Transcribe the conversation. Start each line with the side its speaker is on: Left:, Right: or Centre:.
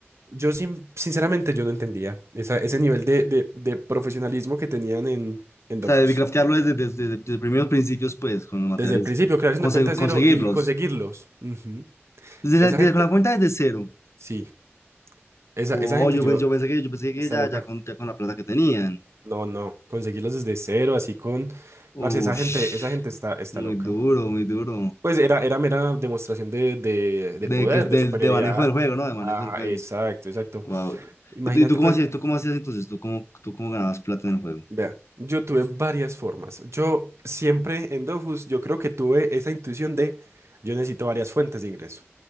Right: Yo, sin- sinceramente, yo no entendía esa- ese nivel de, de- de profesionalismo que tenían en, en
Left: O
Right: Dofus.
Left: sea, de craftearlo desde, desde, desde primeros principios, pues, con los materiales.
Right: Desde el principio, crearse
Left: Conse-
Right: una cuenta de
Left: conseguirlos.
Right: cero y conseguirlos. Ujú.
Left: Desde,
Right: Esa
Left: la- desde
Right: gente,
Left: la cuenta desde cero.
Right: sí, esa,
Left: Oh,
Right: esa gente
Left: yo,
Right: yo,
Left: pens- yo pensé que, yo pensé que
Right: está
Left: ya,
Right: loca.
Left: ya con, ya con la plata que tenían.
Right: No, no, conseguirlos desde cero, así con,
Left: Ush,
Right: parce, esa gente, esa gente está, está
Left: muy
Right: loca.
Left: duro, muy duro.
Right: Pues era, era mera demostración de, de, de
Left: De,
Right: poder,
Left: que, de,
Right: de superioridad.
Left: de manejo del juego, ¿no? De manejo
Right: Ajá,
Left: del juego.
Right: exacto, exacto.
Left: Wow.
Right: Imagínate,
Left: ¿Y tú, y tú cómo
Right: pues,
Left: hacías, tú cómo hacías entonces? ¿Tú cómo, tú cómo ganabas plata en el juego?
Right: Vea, yo tuve varias formas. Yo siempre en Dofus, yo creo que tuve esa intuición de yo necesito varias fuentes de ingreso.